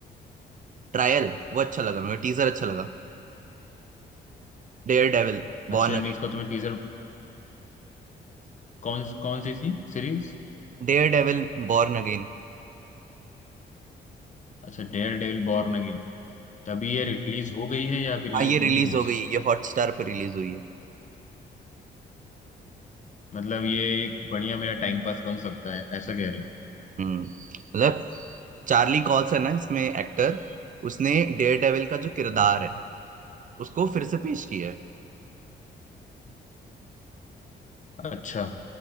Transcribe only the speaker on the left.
अच्छा
यानी
उसका तुम्हें टीजर कौन कौन सी थी सीरीज
अच्छा डेयर डेविल बॉर्न अगेन तो अभी ये रिलीज हो गई है या अभी
रिलीज
होनी है
इसको
मतलब ये एक बढ़िया मेरा टाइम पास बन सकता है ऐसा कह रहे
हो अच्छा